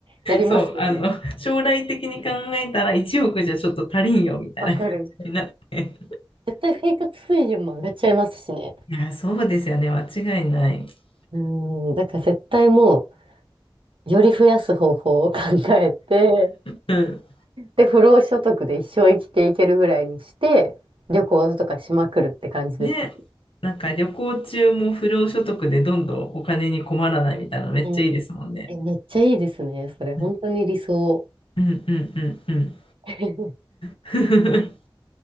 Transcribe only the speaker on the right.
なりますよね。
わかる。絶対生活水準も上がっちゃいますしね。
うん、だから絶対もう、より増やす方法を考えて、
で、不労所得で一生生きていけるぐらいにして、旅行とかしまくるって感じですよ。
うん。え、めっちゃいいですね。それ、本当に理想。
<laughs>